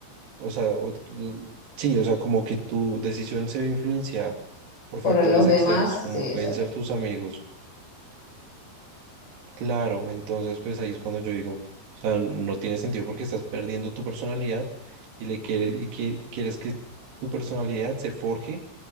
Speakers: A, on the right (about 65°); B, on the left (about 65°).
A: o sea, o- l- sí, o sea, como que tu decisión se ve influenciada por
B: por
A: factores
B: los demás,
A: externos, como
B: sí, exacto.
A: pueden ser tus amigos Claro, entonces pues ahí es cuando yo digo, o sea, no tiene sentido porque estás perdiendo tu personalidad y le quieres y que quieres que tu personalidad se forje